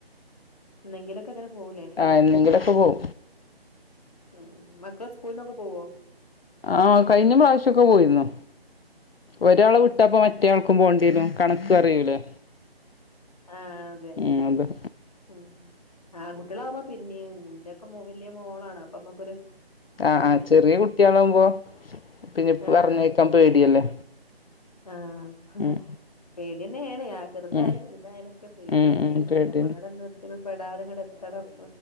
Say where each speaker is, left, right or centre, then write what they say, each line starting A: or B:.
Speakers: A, on the left (about 40°); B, on the left (about 70°).
A: ന്നെങ്കിലൊക്കെ അങ്ങനെ പോവുല്ലെ.
B: ആഹ്‌ എന്നെങ്കിലൊക്കെ പോവും.
A: ഉം മക്കള് സ്കൂളന്നൊക്കെ പോവോ.
B: ആഹ് കഴിഞ്ഞ പ്രാവശ്യെക്കെ പോയിര്ന്നു. ഒരാള
A: ഉം ഉം
B: വിട്ട ട്ടപ്പോ മറ്റേയാൾക്കും പോണ്ടെരും. കണക്കറയൂലേ?
A: ആഹ് അതെ
B: ഏഹ്
A: ഉം ആകുട്ട്യാളാവുമ്പോ പിന്നീം ഇന്റെ ഒക്കെ മൊ വല്ല്യെ മോളാണ് അപ്പൊ മ്മക്കൊരു
B: ആഹ് ആഹ് ചെറ്യേ കുട്ട്യേളാവുമ്പോ പിന്നെ
A: ആഹ്
B: പറഞ്ഞയക്കാൻ പേടിയല്ലേ.
A: ആഹ്
B: ഉം
A: പേട്യേന്നേണ്. ചെർതായാലും
B: ഉം
A: വൽതായാലും ഒക്കെ പേട്യേന്നേണ്.
B: ഉം ഉം പേടിയാണ്
A: അപകടം എന്നത്തിലും പെടാതെ ഇങ്ങ്ടെത്തണം.